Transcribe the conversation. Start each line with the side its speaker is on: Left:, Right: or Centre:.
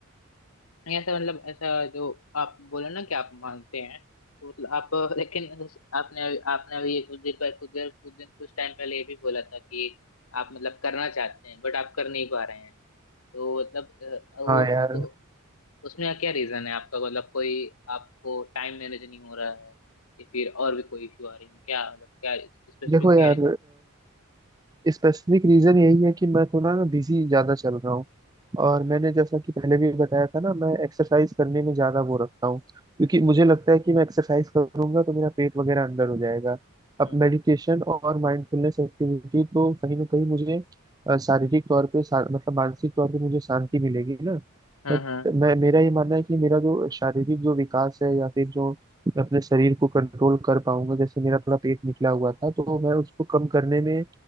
Left: नहीं, ऐसा मतलब ऐसा जो आप बोले ना कि आप मानते हैं तो मतलब आप लेकिन उस- आपने आपने अभी ये कुछ देर पहले कुछ देर कुछ दिन कुछ टाइम पहले ये भी बोला था कि आप मतलब करना चाहते हैं बट आप कर नहीं पा रहे हैं तो मतलब अ, वो
Right: हाँ
Left: उसको
Right: यार
Left: उसमें क्या रीजन है आपका मतलब कोई आपको टाइम मैनेज नहीं हो रहा है या फिर और भी कोई इशू आ रही है क्या मतलब क्या स्पेसिफिक
Right: देखो यार
Left: क्या रीजन
Right: स्पेसिफिक रीजन यही है कि मैं थोड़ा ना बिजी ज्यादा चल रहा हूँ
Left: हम्म
Right: और मैंने जैसा कि पहले भी बताया था ना मैं एक्सरसाइज करने में ज्यादा वो रखता हूँ क्योंकि
Left: हम्म
Right: मुझे लगता है कि मैं एक्सरसाइज करूंगा तो मेरा पेट वगैरह अंदर हो जाएगा अब
Left: हम्म
Right: मेडिटेशन और माइंडफुलनेस एक्टिविटी तो कहीं ना कहीं मुझे अ, शारीरिक तौर पे शा- मतलब मानसिक तौर पे मुझे शांति मिलेगी ना
Left: हम्म
Right: बट
Left: हम्म
Right: मैं मेरा ये मानना है कि मेरा जो शारीरिक जो विकास है या फिर जो मैं अपने शरीर को कंट्रोल कर पाऊंगा जैसे मेरा थोड़ा पेट निकला हुआ था तो मैं उसको कम करने में